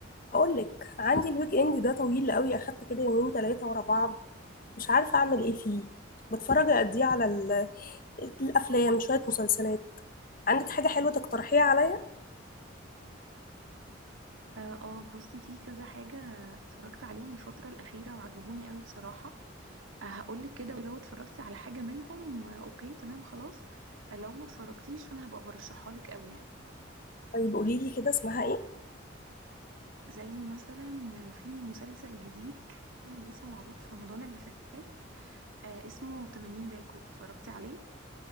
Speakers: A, on the left; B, on the right.
A: بقول لك عندي الويك اند ده طويل قوي اخدت كده يومين ثلاثه ورا بعض مش عارفه اعمل ايه فيه بتفرج قد ايه على ال- الافلام شويه مسلسلات عندك حاجه حلوه تقترحيها عليا
B: اه آه، بصي في كذا حاجة اتفرجت عليهم الفترة الأخيرة وعجبوني قوي بصراحة آه، هقولك كده ولو اتفرجتي على حاجة منهم آه، اوكي تمام خلاص آه، لو ما اتفرجتيش فانا هبقى برشحها لك قوي يعني
A: طيب قولي لي كده اسمها ايه
B: زي مثلا في مسلسل جديد كان لسه معروض في رمضان اللي فات آه، اسمه 80 باكو اتفرجتي عليه